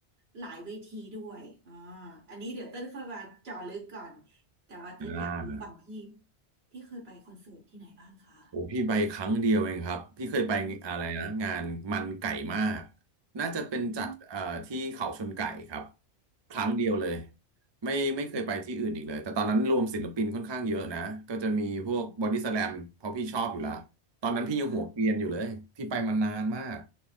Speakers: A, on the right (about 60°); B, on the right (about 35°).
A: หลายเวทีด้วยอ่าอันนี้เดี๋ยวเติ้ลค่อยมาเจาะลึกก่อนแต่ว่าเติ้ลอยากรู้ฝั่งที่
B: อ่า
A: ที่เคยไปคอนเสิร์ตที่ไหนบ้างคะ
B: โอ้พี่ไปครั้งเดียวเองครับพี่เคยไปอะไรนะงานมันไก่มาก
A: ค่ะ
B: น่าจะเป็นจัดเอ่อที่เขาชนไก่ครับ
A: อืม
B: ครั้งเดียวเลย
A: ค่ะ
B: ไม่ไม่เคยไปที่อื่นอีกเลยแต่ตอนนั้นรวมศิลปินค่อนข้างเยอะนะก็จะมีพวกบอดี้สแลมเพราะพี่ชอบอยู่แล้วตอนนั้นพี่ยังหัวเกรียนอยู่เลยพี่ไปมานานมาก
A: อืมอืมค่ะค่ะค่ะ